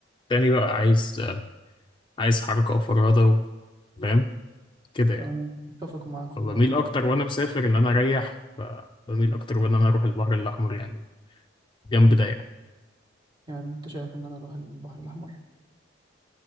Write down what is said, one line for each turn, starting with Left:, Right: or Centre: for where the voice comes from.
Left: تاني بقى عايز آه، عايز حركة وفرهدة و- فاهم كده يعني
Right: أنا اتفق معاك
Left: فبميل
Right: في الموضوع
Left: أكتر
Right: ده
Left: وأنا مسافر إن أنا أريح فبميل أكتر وإن أنا أروح البحر الأحمر يعني جنب ده يعني
Right: يعني انت شايف ان انا اروح البحر الاحمر